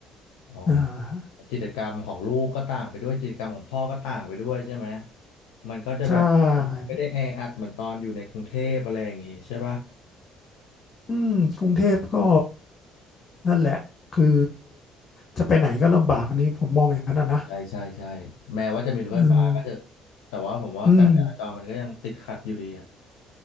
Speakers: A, on the left (about 80°); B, on the left (about 45°).
A: อ๋อ
B: อ่า
A: กิจกรรมของลูกก็ต่างไปด้วยกิจกรรมของพ่อก็ต่างไปด้วยใช่ไหมมันก็จะแบบ
B: ใช่
A: ไม่ได้แออัดเหมือนตอนอยู่ในกรุงเทพอะไรอย่างงี้ใช่ปะ
B: อืมกรุงเทพก็นั่นแหละคือจะไปไหนก็ลำบากอันนี้ผมมองอย่างนั้นอะนะ
A: ใช่ใช่ใช่แม้ว่าจะมีรถไฟฟ้าก็เถอะ
B: อืม
A: แต่ว่าผมว่าการจราจรมันก็ยังติดขัดอยู่ดีอ่ะ
B: อืม